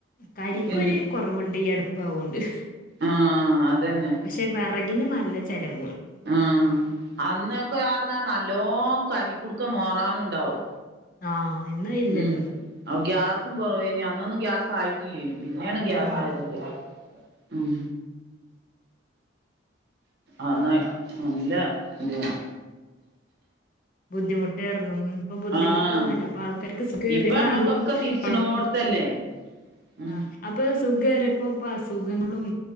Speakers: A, on the left; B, on the right.
A: കരിക്കൊര്
B: പിൻ
A: കൊറവുണ്ട് ഈ അടുപ്പ് ആവോണ്ട്.
B: ആ ആഹ് അതന്നെ
A: പക്ഷെ വിറകിന് നല്ല ചിലവു ആണ്.
B: ആഹ്. അന്നൊക്കെ കാരണം നല്ലോ കരിക്കുടുക്ക മോറാനും ഉണ്ടാവും.
A: ആഹ് ഇന്ന് ഇല്ലല്ലോ?
B: ഉം ഗ്യാസും കുറവേ നി അന്നൊന്നും ഗ്യാ ആയിട്ടില്ലേനു പിന്നെണ് ഗ്യാസ്
A: ഉം
B: ആയതൊക്കെ ഉം ആന്നേ നല്ല താണ്.
A: ബുദ്ധിമുട്ട്‌രുന്നു. ഇപ്പൊ ബുദ്ധിമുട്ടൊന്നുല്ല.
B: ആഹ്
A: അപ്പൊ ആൾക്കാർക്ക് സുഖം
B: ഇപ്പൊ
A: എറിയപ്പോഴാണ്
B: നമ്മക്കൊക്കെ തിരിച്ചണോടത്തല്ലേ
A: കുഴപ്പം.
B: ഉം
A: ആഹ് അപ്പൊ സുഖംയേറിയപ്പോ പ്പ അസുഖങ്ങളും.